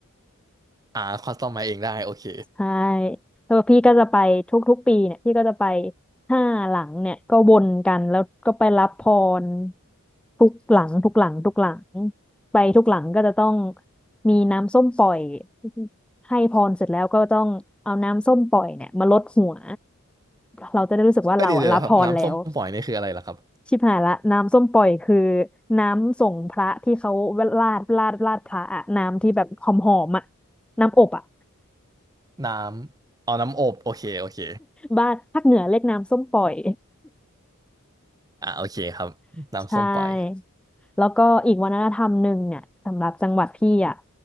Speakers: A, on the right; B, in the centre.
A: อ่าคัสตอมมาเองได้โอเค
B: ใช่แล้วพี่ก็จะไปทุกๆปีเนี่ยพี่ก็จะไปห้าหลังเนี่ยก็วนกันแล้วก็ไปรับพรทุกหลังทุกหลังทุกหลังไปทุกหลังก็จะต้องมีน้ำส้มปล่อยให้พรเสร็จแล้วก็ต้องเอาน้ำส้มปล่อยเนี่ยมาลดหัวเราจะได้รู้สึกว่าเราอะรับพรแล้ว
A: เอ้ยเดี๋ยวเดี๋ยวครับน้ำส้มปล่อยนี่คืออะไรล่ะครับ
B: ชิบหายละน้ำส้มปล่อยคือน้ำส่งพระที่เขาราดราดราดพระอะน้ำที่แบบหอมหอมอะน้ำอบอะ
A: น้ำเอาน้ำอบโอเคโอเค
B: บ้านภาคเหนือเรียกน้ำส้มปล่อย
A: อ่าโอเคครับน้ำส้มปล่อย
B: <laughs> ใช่แล้วก็อีกวัฒนธรรมหนึ่งเนี่ยสำหรับจังหวัดพี่อะ